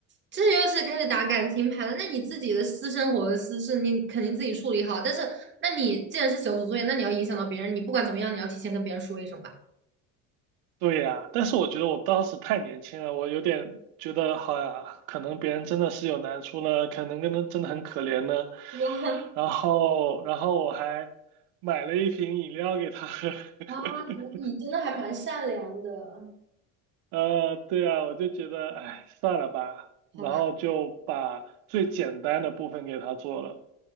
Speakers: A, on the right; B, on the right.
A: 这又是开始打感情牌了。那你自己的私生活的私事，你肯定自己处理好。但是，那你既然是小组作业，那你要影响到别人，你不管怎么样，你要提前跟别人说一声吧。
B: 对呀，但是我觉得我当时太年轻了，我有点觉得，好呀，可能别人真的是有难处呢，可能跟他真的很可怜呢。
A: <laughs>
B: 然后，然后我还买了一瓶饮料给他喝。
A: 哇啊，
B: <laughs>
A: 你真的还蛮善良的，
B: 呃，对啊，我就觉得，哎，算了吧，然后就把最简单的部分给他做了，
A: 好吧。